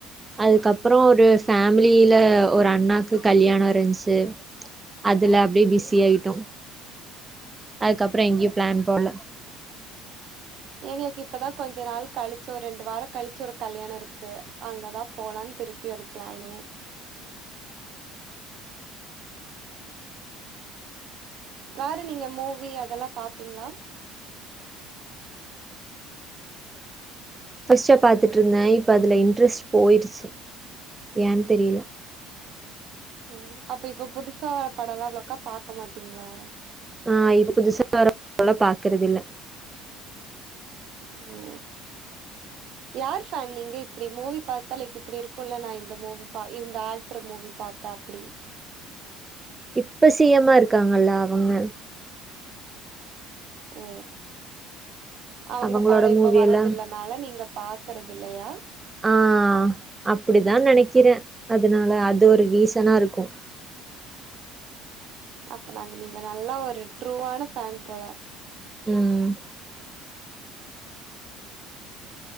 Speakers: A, on the right; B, on the right.
A: அதுக்கப்பறம் ஒரு ஃபேமிலில ஒரு அண்ணாக்கு கல்யாணம் இருந்துச்சு அதுல அப்டியே பிஸி ஆயிட்டோம் அதுக்கப்பறம் எங்கேயோயும் பிளான் போல
B: எங்களுக்கு இப்தான் கொஞ்ச நாள் கழிச்சு ஒரு ரெண்டு வாரம் கழிச்சு ஒரு கல்யாணம் இருக்கு அங்கதான் போலாம்னு திருப்பி ஒரு பிளானு வேற நீங்க மூவி அதெல்லாம் பாப்பீங்களா
A: பர்ஸ்டா பாத்துட்டு இருந்தேன் இப்ப அதுல இன்ட்ரெஸ்ட் போயிருச்சு ஏன்னு தெரியல
B: ஓ அப்ப இப்ப புதுசா வர படம் எல்லாம் அவ்வளோக்கா பாக்க மாட்டீங்களா
A: ஆஹ் இ புதுசாக வர பாக்கறதில
B: ஓ யார் ஃபேன் நீங்க இப்டி மூவி பாத்தளைக்கு இப்டி இருக்கும்ல நான இந்த மூவி பா இந்த ஆக்டர் மூவி பாப்பேன் அப்டி
A: இப்ப சி எம் மா இருக்காங்கல்ல அவங்க
B: ஓ அவங்க
A: அவங்களோட
B: படம் இப்ப
A: மூவி
B: வரதில்லனால
A: எல்லா
B: நீங்க பாக்குறது இல்லயா
A: ஆ அப்டிதா நெனைக்கிறே அதனால அது ஒரு ரீசனா இருக்கும்
B: அப்ப நாங்க நீங்க நல்லா ஒரு ட்ரூவான ஃபேன் போல
A: ம்